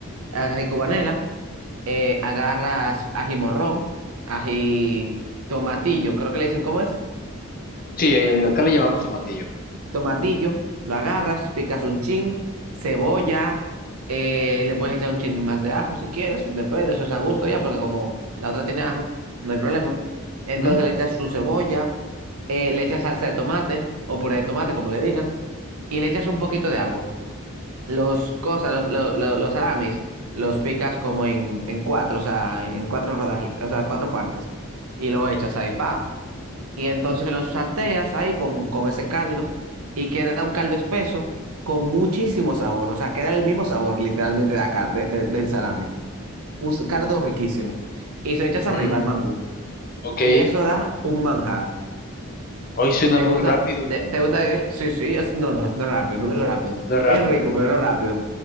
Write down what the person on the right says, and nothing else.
Ají cubanela, eh, agarras ají morrón, ají tomatillo, creo que le dicen, ¿cómo es?
Tomatillo, lo agarras, picas un chin, cebolla, eh, le puedes echar un chin más de ajo si quieres, depende, eso es a gusto ya, porque como la otra tiene ajo, no hay problema. Entonces
le echas su cebolla, eh, le echas salsa de tomate o puré de tomate, como le digan, y le echas un poquito de agua. Los cosas, los, lo- lo- los salamis, los picas como en, en cuatro, o sea, en cuatro rodajitas, o sea, cuatro partes, y lo echas ahí, pa y entonces los salteas ahí con, con ese caldo y queda un caldo espeso con muchísimo sabor, o sea, queda el mismo sabor literalmente de la de- de- del salame, un s- caldo riquísimo y se echas
arriba al mangú
y eso da un manjar.
¿Te
gusta?
¿Te,
te gusta? la Sí, sí, es- no, no, no es rápido, no es rápido,
es rico, pero no rápido.